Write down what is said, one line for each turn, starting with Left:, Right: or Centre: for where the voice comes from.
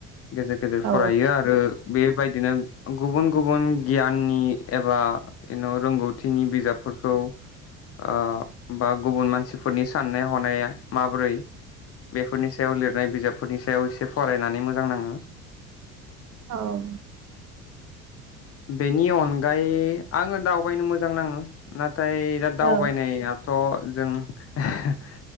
Left: गेजेर गेजेर
Right: औ
Left: फरायो आरो बे बेबायदिनो गुबुन गुबुन गियाननि एबा रोंगौथिनि बिजाबफोरखौ ओ बा गुबुन मानसिफोरनि साननाय हनाया माबोरै बेफोरनि सायाव लिर नाय बिजाबफोरनि सायाव एसे फरायनानै मोजां नाङो
Right: औ
Left: बेनि अनगायै आङो दावबायनो मोजां नाङो ना थाय दा दावबायनायाथ'
Right: औ
Left: जों <unintelligible>